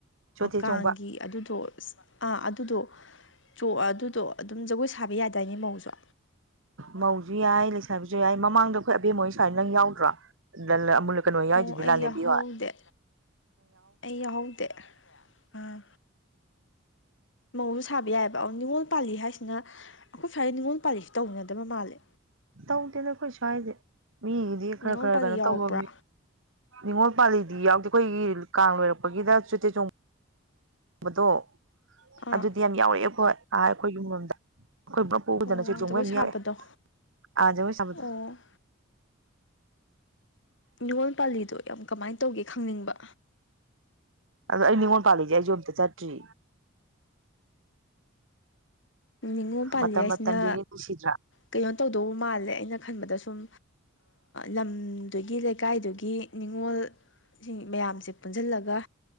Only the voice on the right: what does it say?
ꯆꯣꯊꯦ
ꯆꯣꯡꯕ
ꯃꯧꯁꯨ ꯌꯥꯏ ꯂꯩꯁꯥꯕꯤꯁꯨ ꯌꯥꯏ ꯃꯃꯥꯡꯗ ꯑꯩꯈꯣꯏ ꯑꯕꯦꯝꯃꯣꯏ ꯁ꯭ꯋꯥꯏꯗ ꯅꯪ ꯌꯥꯎꯗ꯭ꯔꯣ ꯀꯩꯅꯣ ꯌꯥꯎꯏꯗꯨꯗꯤ
ꯂꯥꯅꯦꯕꯤ
ꯋꯥ
ꯇꯧꯗꯦ ꯅꯈꯣꯏ ꯁ꯭ꯋꯥꯏꯁꯦ ꯃꯤꯒꯤꯗꯤ ꯈꯔ
ꯈꯔ
ꯀꯩꯅꯣ
ꯇꯧꯃꯝꯃꯤ ꯅꯤꯡꯉꯣꯜ ꯄꯥꯜꯂꯤꯗꯤ ꯌꯥꯎꯗꯦ ꯑꯩꯈꯣꯏꯒꯤ ꯀꯥꯡ ꯂꯣꯏꯔꯛꯄꯒꯤꯗ ꯆꯨꯇꯦ ꯆꯣꯡꯕꯗꯣ
ꯑꯗꯨꯗꯤ ꯌꯥꯝ ꯌꯥꯎꯔꯛꯑꯦ ꯑꯩꯈꯣꯏ ꯑ ꯑꯩꯈꯣꯏ ꯌꯨꯝꯂꯣꯝꯗ ꯑꯩꯈꯣꯏ꯭ꯔ ꯄꯨꯗꯅ
ꯆ ꯆꯣꯡꯉꯕ
ꯏꯃꯤ
ꯌꯥꯔꯦ ꯑꯥꯖꯎꯁꯃꯊꯥ
ꯑꯗꯣ ꯑꯩ ꯅꯤꯉꯣꯜ ꯄꯥꯜꯂꯤꯁꯦ ꯑꯩ ꯌ ꯑꯝꯇ ꯆꯠꯇ꯭ꯔꯤ
ꯃꯇꯝ
ꯃꯇꯝꯗꯨꯒꯤ ꯅꯨꯡꯁꯤꯗ꯭ꯔꯥ